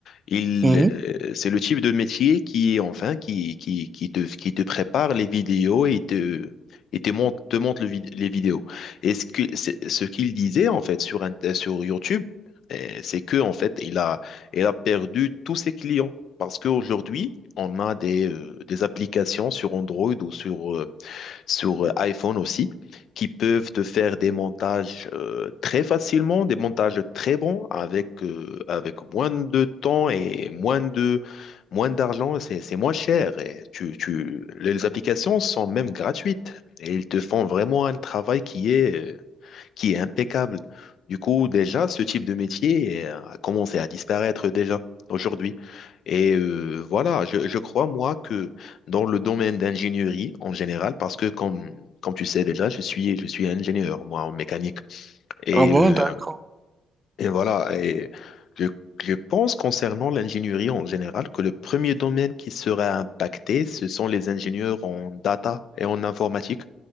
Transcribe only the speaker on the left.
Il,
euh, c'est le type de métier qui, est enfin, qui, qui, qui te, qui te prépare les vidéos et te, et te montre, te montre le vid- les vidéos. Et ce que, c'est- ce qu'il disait, en fait, sur, Int- sur YouTube, euh, c'est que, en fait, il a, il a perdu tous ses clients. Parce qu'aujourd'hui, on a des, euh, des applications sur Android ou sur, euh, sur euh, iPhone aussi, qui peuvent te faire des montages euh, très facilement, des montages très bons avec, euh, avec moins de temps et moins de, moins d'argent. C'est, c'est moins cher. Et tu, tu, les applications sont même gratuites et ils te font vraiment un travail qui est euh, qui est impeccable. Du coup, déjà, ce type de métier euh, a commencé à disparaître déjà aujourd'hui. Et euh, voilà, je, je crois, moi, que dans le domaine d'ingénierie en général, parce que comme, comme tu sais déjà, je suis, je suis ingénieur, moi, en mécanique. Et,
euh,
et voilà, et je, je pense concernant l'ingénierie en général que le premier domaine qui sera impacté, ce sont les ingénieurs en data et en informatique.